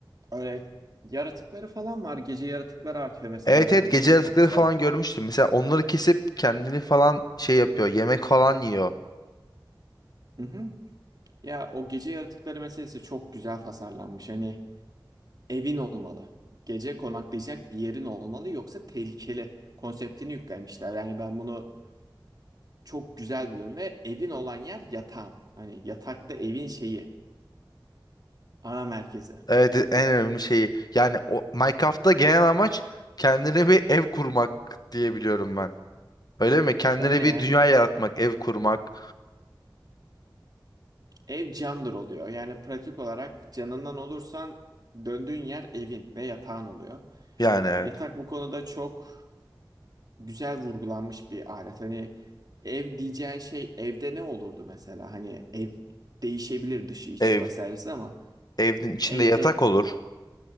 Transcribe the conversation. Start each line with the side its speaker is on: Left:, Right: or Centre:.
Right: öyle yaratıkları falan var. Gece yaratıkları artıyor mesela.
Left: Evet
Right: Bu
Left: evet
Right: Bence
Left: gece
Right: bu da
Left: yaratıkları
Right: çok güzel.
Left: falan görmüştüm. Mesela onları kesip kendini falan şey yapıyor. Yemek falan yiyor.
Right: Hı hı. Ya o gece yaratıkları meselesi çok güzel tasarlanmış. Hani evin olmalı. Gece konaklayacak bir yerin olmalı yoksa tehlikeli konseptini yüklemişler. Yani ben bunu çok güzel buluyorum ve evin olan yer yatağın. Hani yatakta evin şeyi, ana merkezi.
Left: Evet en önemli şeyi. Yani o Minecraft'ta genel amaç kendine bir ev kurmak diye biliyorum ben. Öyle mi? Kendine
Right: Öyle yani
Left: bir dünya yaratmak, ev kurmak.
Right: Ev candır oluyor. Yani pratik olarak canından olursan döndüğün yer evin ve yatağın oluyor.
Left: Yani evet.
Right: Yatak bu konuda çok güzel vurgulanmış bir alet. Hani ev diyeceğin şey evde ne olurdu mesela? Hani ev değişebilir dışı içi
Left: Ev,
Right: vesairesi ama
Left: evin içinde
Right: evde
Left: yatak olur.